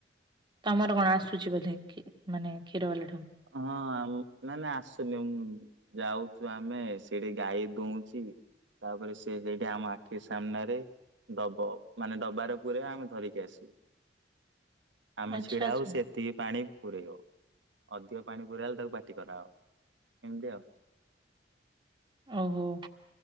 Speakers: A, on the right (about 25°); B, on the right (about 80°).
A: ତମର କଣ ଆସୁଛି ବୋଧେ କ ମାନେ କ୍ଷୀର ବାଲା ଠୁ।
B: ହଁ ଆମ ନା ନା ଆସୁନି ମୁଁ ଯାଉଛୁ ଆମେ ସେଠି ଗାଈ ଦୁଂଚି। ତାପରେ ସେ ସେଇଠି ଆମ ଆଖି ସାମ୍ନାରେ ଦବ ମାନେ ଡବାରେ ପୁରେଇବ ଆମେ ଧରିକି ଆସିବୁ। ଆମେ
A: ଆଚ୍ଛା
B: ଛିଡା
A: ଆଚ୍ଛା
B: ହବୁ ସେ ଏତିକି ପାଣି ପୁରେଇବ। ଅଧିକ ପାଣି ପୁରା ହେଲେ ତାକୁ ପାଟି କରା ହବ। ଏମିତି ଆଉ
A: ଓହୋ।